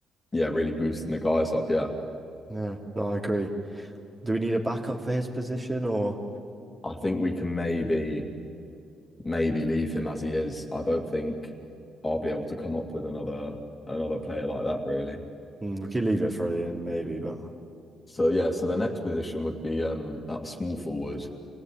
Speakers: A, on the left; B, on the right.
A: yeah, really boosting the guys up. Yeah.
B: yeah, no, I agree. Do we need a backup for his position or?
A: I think we can maybe maybe leave him as he is. I don't think I'll be able to come up with another another player like that really.
B: Mm, we could leave it for Ian, maybe, but
A: So yeah, so the next position would be um that small forward.